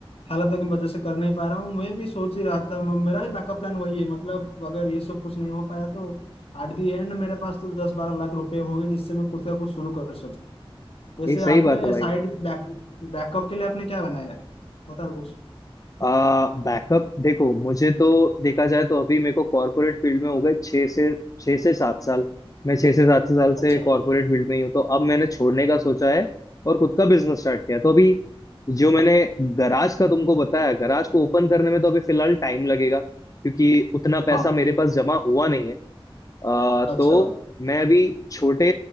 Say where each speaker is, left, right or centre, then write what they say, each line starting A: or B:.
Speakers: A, on the left; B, on the left.
A: हालात की वजह से कर नहीं पा रहा हूँ मैं भी सोच ही रहा था म- मेरा भी बैकअप प्लान वही है मतलब अगर ये सब कुछ नहीं हो पाया तो एट दी एंड मेरे पास तो दस बारह लाख रुपए होंगे जिससे मैं खुद का कुछ शुरू कर सकूँ वैसे
B: ये सही
A: आपने
B: बात है भाई
A: साइड बैक बैकअप के लिए आपने क्या बनाया है बताओ कुछ
B: आ, बैकअप देखो मुझे तो देखा जाए तो अभी मेरे को कॉर्पोरेट फील्ड में हो गए छः से छः से सात साल मैं छः से सात साल
A: अच्छा
B: से कॉर्पोरेट फील्ड में ही हूँ तो अब मैंने छोड़ने का सोचा है और खुद का बिजनेस स्टार्ट किया है। तो अभी जो मैंने गराज का तुमको बताया गराज को ओपन करने में तो अभी फिलहाल टाइम लगेगा क्योंकि उतना पैसा
A: हाँ
B: मेरे पास जमा हुआ नहीं है अ,
A: अच्छा
B: तो मैं अभी छोटे